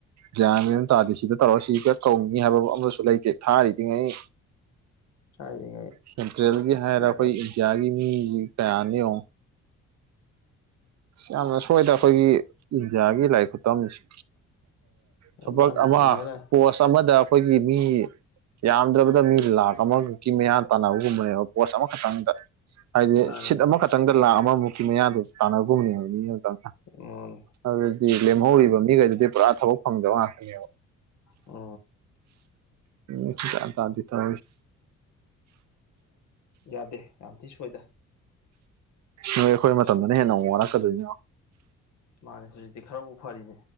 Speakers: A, on the right; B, on the left.
A: ꯒ꯭ꯌꯥꯟ ꯃꯌ ꯑꯃ ꯇꯥꯗꯦ ꯁꯤꯗ ꯇꯧꯔ ꯁꯤꯒ ꯀꯧꯅꯤꯤ ꯍꯥꯏꯕ ꯑꯃꯁꯨ ꯂꯩꯇꯦ ꯊꯥꯔꯤꯗꯤꯉꯩ
B: ꯍꯥꯏꯔꯤꯉꯩ
A: ꯁꯦꯟꯇ꯭ꯔꯦꯜꯒꯤ ꯍꯥꯏꯔ
B: ꯌꯥꯗꯦ
A: ꯑꯩꯈꯣꯏ ꯏꯟꯗꯤꯌꯥꯒꯤ ꯃꯤꯁꯤ ꯀꯌꯥꯅꯤꯌꯉꯣ ꯌꯥꯝꯅ ꯁꯣꯏꯗꯅ ꯑꯩꯈꯣꯏꯒꯤ ꯏꯟꯗꯤꯌꯥꯒꯤ ꯂꯥꯏ ꯈꯨꯇꯝꯁꯤ ꯊꯕꯛ
B: ꯃꯥꯅꯤ
A: ꯑꯃ
B: ꯍꯤꯡꯒ ꯂꯥꯏ
A: ꯄꯣꯁ ꯑꯃꯗ ꯑꯩꯈꯣꯏꯒꯤ ꯃꯤ ꯌꯥꯝꯗ꯭ꯔꯕꯗ ꯃꯤ ꯂꯥꯛꯈ ꯑꯃꯈꯛꯀꯤ ꯃꯌꯥꯟ ꯇꯥꯟꯅꯕꯒꯨꯝꯕꯅꯦꯕ ꯄꯣꯁ ꯑꯃꯈꯛꯇꯪꯗ ꯍꯥꯏꯗꯤ
B: ꯃꯥꯅꯤ
A: ꯁꯤꯠ
B: ꯃꯥꯅꯤ
A: ꯑꯃꯈꯛꯇꯪꯗ ꯂꯥꯛ ꯑꯃꯃꯨꯛꯀꯤ ꯃꯌꯥꯗ ꯇꯥꯟꯅꯕꯒꯨꯝꯕꯅꯦꯕ
B: ꯎꯝ
A: ꯑꯗꯨꯗꯤ ꯂꯦꯝꯍꯧꯔꯤꯕ ꯃꯤꯈꯩꯗꯨꯗꯤ ꯄꯨꯔꯥ ꯊꯕꯛ ꯐꯪꯗꯕ ꯉꯥꯛꯇꯅꯦꯕ
B: ꯑ
A: ꯎ ꯇꯗꯤ ꯇ
B: ꯌꯥꯗꯦ ꯌꯥꯝ ꯊꯤ ꯁꯣꯏꯗ
A: ꯅꯣꯏ ꯑꯩꯈꯣꯏ ꯃꯇꯝꯗꯅ ꯍꯦꯟꯅ ꯑꯃꯨꯛ ꯋꯥꯔꯛꯀꯗꯣꯏꯅ
B: ꯃꯥꯅꯦ ꯍꯧꯖꯤꯛꯇꯤ ꯈꯔꯕꯨꯥꯎ ꯐꯔꯤꯅꯦ